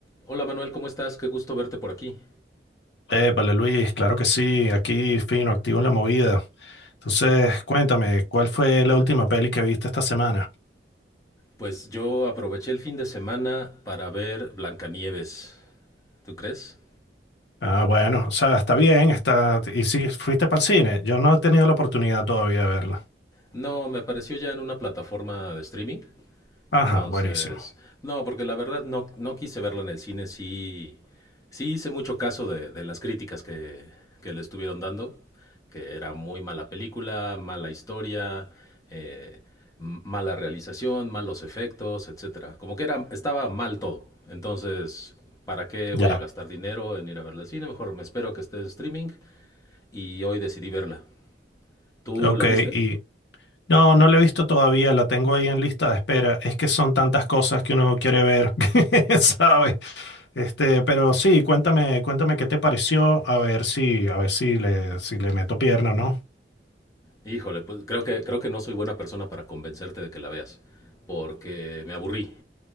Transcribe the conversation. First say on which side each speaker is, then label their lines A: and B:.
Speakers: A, on the left (about 20°); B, on the left (about 75°).
A: Hola Manuel, ¿cómo estás? Qué gusto verte por aquí.
B: Épale, Luis, claro que sí, aquí fino, activo en la movida. Entonces, cuéntame, ¿cuál fue la última peli que viste esta semana?
A: Pues yo aproveché el fin de semana para ver Blancanieves. ¿Tú crees?
B: Ah, bueno, o sea, está bien, está... ¿Y si fuiste para el cine? Yo no he tenido la oportunidad todavía de verla.
A: No, me apareció ya en una plataforma de streaming.
B: Ajá,
A: Entonces,
B: buenísimo.
A: no, porque la verdad no, no quise verla en el cine. Sí, sí hice mucho caso de, de las críticas que, que le estuvieron dando, que era muy mala película, mala historia, eh, m- mala realización, malos efectos, etcétera. Como que era, estaba mal todo. Entonces, ¿para qué voy
B: Ya,
A: a gastar dinero en ir a verla al cine? Mejor me espero a que esté en streaming y hoy decidí verla. ¿Tú
B: ok,
A: la viste?
B: y... No, no la he visto todavía, la tengo ahí en lista de espera. Es que son tantas cosas que uno quiere ver, <laughs> ¿sabes? Este, pero sí, cuéntame, cuéntame qué te pareció, a ver si, a ver si le, si le meto pierna, ¿no?
A: Híjole, pues creo que, creo que no soy buena persona para convencerte de que la veas, porque me aburrí.